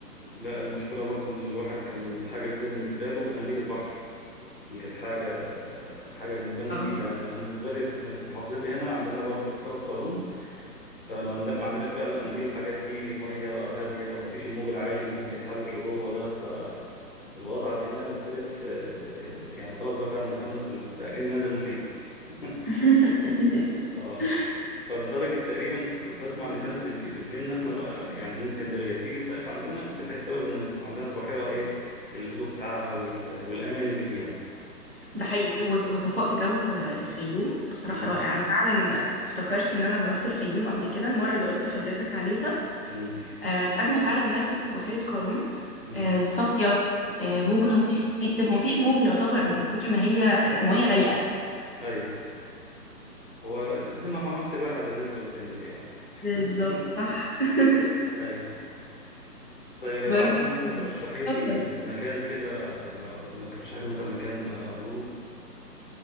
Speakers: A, on the left (about 35°); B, on the right (about 40°).
A: لا المشكله برضو اللي الواحد كان حاجه جديده بالنسبه له اناديل البحر دي كانت حاجه حاجه بالنسبه لي
B: آه.
A: جديده انا انا بالنسبه لي مك- محافظتي هنا عندنا برضو بحيره قارون فما عند- ما عندناش بقى الاناديل والحاجات دي ميه هاديه ومفيش الموج العالي اللي ممكن يسحبك لجوه ده الوضع لقيناه مختلف آه، يعني خلاص بقى فعلا دخلنا في ال... اكني نازل محيط <laughs>
B: <laughs>
A: اه
B: اه
A: فلدرجة تقريبا كنت أسمع إن في ناس بتجي بتجيلنا إحنا بقى يعني من اسكندرية بتيجي تصيف عندنا بحيث سبب إن ال- عندنا البحيرة إيه الهدوء بتاعها وال... والأمان اللي فيها
B: ده حقيقي وص- وصفاء جو الفيوم بصراحة
A: مم.
B: رائع أنا فعلا افتكرت إن أنا لما رحت الفيوم قبل كده المرة اللي قلت لحضرتك عليها
A: مم.
B: آه، خدنا فعلا مركب في بحيرة قارون
A: مم.
B: آه، صافية آه، موج لطيف جدا هو مفيش موج يعتبر من كتر ما هي ر- مية رايقة
A: أيوة هو تحس إنه حمام سباحة بالنسبة لإسكندرية يعني
B: بالظبط
A: <laughs>
B: صح <laughs>
A: أيوة طيب يا
B: برضه
A: دعاء ممكن ترشحي لي
B: اتفضل
A: مكان كده لو لو ترشحي لي مثلا مكان آه، أزوره